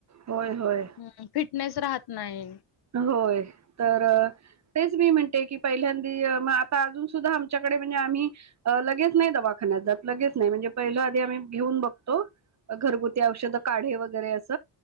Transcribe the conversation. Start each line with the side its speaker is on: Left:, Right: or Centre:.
Right: होय होय
Left: हम्म फिटनेस राहत नाय.
Right: होय तर तेच मी म्हणते की पहिल्यांदी म आता अजून सुद्धा आमच्याकडे, म्हणजे आम्ही अ लगेच नाय दवाखान्यात जात लगेच नाय म्हणजे पहिलं आधी आम्ही घेऊन बघतो. घरगुती औषध काढे वगैरे अस,